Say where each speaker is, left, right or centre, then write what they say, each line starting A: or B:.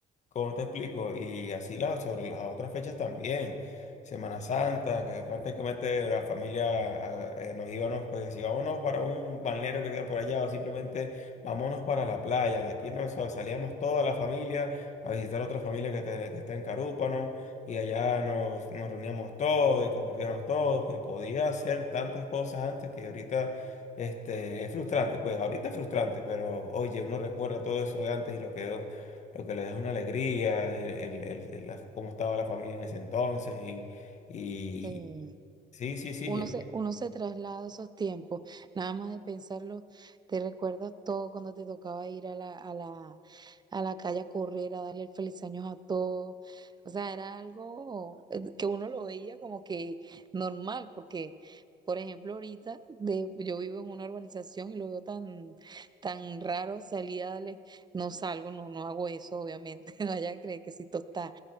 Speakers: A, on the left (about 45°); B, on the right (about 25°).
A: ¿Cómo te explico? Y así la, sobre las otras fechas también. Semana Santa, que prácticamente la familia ah, eh, nos íbamos, pues si vámonos para un balneario que queda por allá o simplemente vámonos para la playa. De aquí nos salíamos toda la familia a visitar otra familia que, te- que está en Carúpano y allá nos, nos reuníamos todos y compartíamos todos. Pues podía hacer tantas cosas antes que ahorita este, es frustrante. Pues ahorita es frustrante, pero oye, uno recuerda todo eso de antes y lo quedó lo que le deja una alegría, el, el- el- el- la- cómo estaba la familia en ese entonces y, y
B: Sí,
A: sí, sí, sí.
B: Uno se, uno se traslada a esos tiempos, nada más de pensarlo, te recuerdas todo cuando te tocaba ir a la, a la, a la calle a correr, a darle el feliz año a todos. O sea, era algo eh, que uno lo veía como que normal, porque, por ejemplo, ahorita de, yo vivo en una urbanización y lo veo tan, tan raro salir a darle, no salgo, no, no hago eso, obviamente, <laughs> no vaya a creer que soy tostada